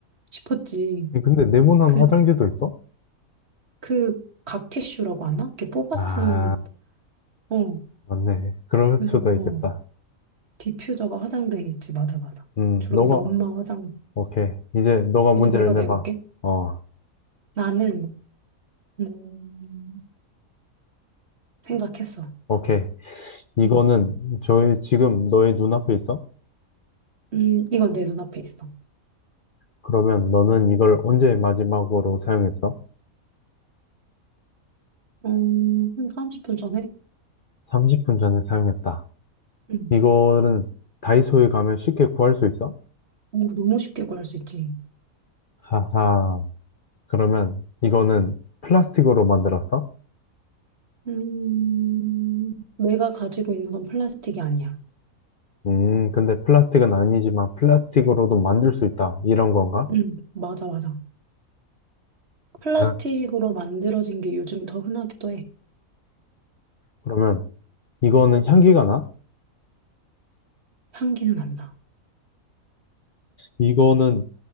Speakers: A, on the right; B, on the left.
A: 싶었지.
B: 근데 네모난
A: 그,
B: 화장지도 있어?
A: 그, 각 티슈라고 하나? 이렇게 뽑아
B: 아,
A: 쓰는, 어.
B: 맞네. 그럴
A: 그래서,
B: 수도
A: 어,
B: 있겠다.
A: 디퓨저가 화장대에 있지. 맞아, 맞아.
B: 음,
A: 주로
B: 너가
A: 이제 엄마 화장,
B: 오케이. 이제 너가 문제를
A: 이제 내가 내볼게.
B: 내봐. 어,
A: 나는 음, 생각했어.
B: 오케이. 이거는
A: 음,
B: 저희 지금 너의 눈앞에 있어?
A: 음, 이건 내 눈앞에 있어.
B: 그러면 너는 이걸 언제 마지막으로 사용했어?
A: 어, 한 30분 전에?
B: 30분 전에 사용했다.
A: 음,
B: 이거는 다이소에 가면 쉽게 구할 수 있어?
A: 오, 너무 쉽게 구할 수 있지.
B: 하하. 그러면 이거는 플라스틱으로 만들었어?
A: 음, 내가 가지고 있는 건 플라스틱이 아니야.
B: 음, 근데 플라스틱은 아니지만 플라스틱으로도 만들 수 있다. 이런 건가?
A: 음, 맞아, 맞아. 플라스틱으로
B: 아,
A: 만들어진 게 요즘 더 흔하기도 해.
B: 그러면 이거는 향기가 나?
A: 향기는 안 나.
B: 이거는